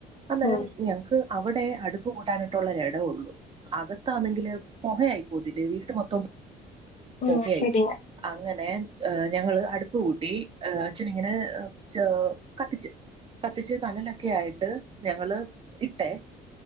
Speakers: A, on the right (about 30°); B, on the left (about 40°).
A: അന്നേരം
B: ആഹ്
A: ഞങ്ങ്ക്ക് അവിടെ അടുപ്പ് കൂട്ടാനായിട്ടുള്ളൊര് എടവൊള്ളൂ അകത്താന്നെങ്കില് പൊഹയായി പോത്തില്ലേ വീട്ട് മൊത്തം
B: ആഹ്
A: പൊകയായി
B: ശരിയാ
A: അങ്ങനെ ഞങ്ങള് അടുപ്പ് കൂട്ടി ഏഹ് അച്ഛനിങ്ങനെ ച്ചോ കത്തിച്ച് കത്തിച്ച് കനലൊക്കെ ആയിട്ട് ഞങ്ങള് ഇട്ടേ